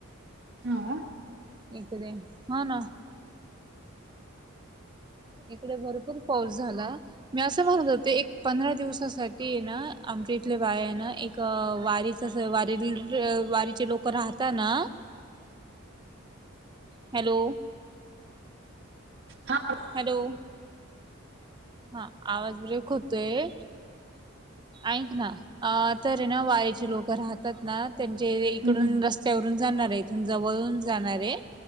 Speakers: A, on the right; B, on the right.
A: हा वा
B: एकद हा ना इकडे भरपूर पाऊस झाला मी असं म्हणत होते एक पंधरा दिवसासाठी ना आमच्या इथले बाय आहे ना एक अ वारीच वारी वारीचे लोक राहतात ना
A: <inaudible>
B: हॅलो
A: हा
B: हॅलो हा आवाज ब्रेक होतोय ऐक ना तर वारीचे लोक राहतात ना त्यां इकडून
A: हम्म
B: रस् चवरून जाणार आहे इथून जवळून जाणार आहे